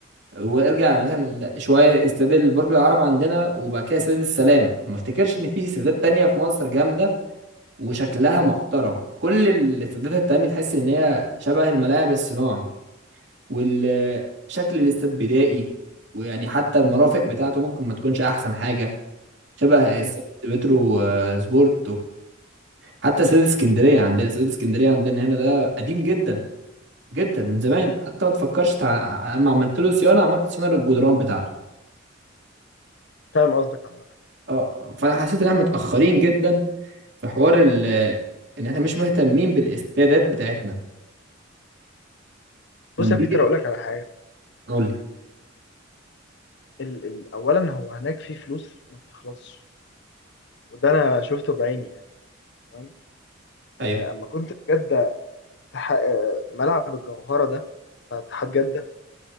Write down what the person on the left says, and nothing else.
مم.
مم.
مم.
فاهم قصدك عامه
بص يا
بيتر اقول لك على حاجه
ال ال اولا هو هناك في فلوس ما بتخلصش وده انا شفته بعيني يعني تمام
آه، اما كنت في جده تح... آه، ملعب الجوهره ده بتاع اتحاد جده